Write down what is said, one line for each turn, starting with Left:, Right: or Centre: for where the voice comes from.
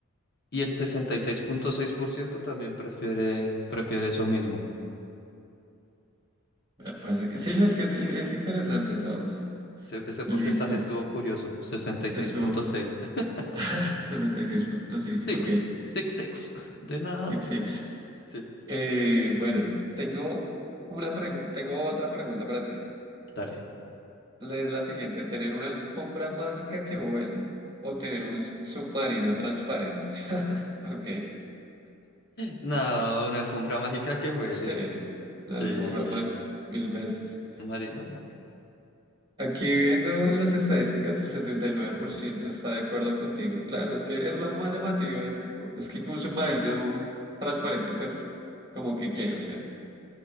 Left: y el sesenta y seis seis punto seis por ciento también prefiere, prefiere eso mismo.
Right: eh, Pues sí, sí, es que sí, es interesante, ¿sabes?
Left: Ese, ese
Right: Listo,
Left: porcentaje estuvo curioso, 66.6.
Right: estuvo
Left: <laughs>
Right: <laughs> sesenta y seis punto seis
Left: Six,
Right: ok,
Left: six, six. De nada.
Right: 66.
Left: <laughs> Sí,
Right: Eh, bueno, tengo una pregu- tengo otra pregunta para ti.
Left: dale.
Right: La- Es la siguiente, ¿tener una alfombra mágica que huele o tener un s- submarino transparente? <laughs> Ok,
Left: No, una alfombra mágica que huele.
Right: sí, la
Left: Sí.
Right: alfombra mágica, mil veces.
Left: Marina, no.
Right: Aquí viendo en las estadísticas, el 79% está de acuerdo contigo. Claro, es que es la más llamativa. y como- es que con un submarino transparente, pues, como que qué, o sea,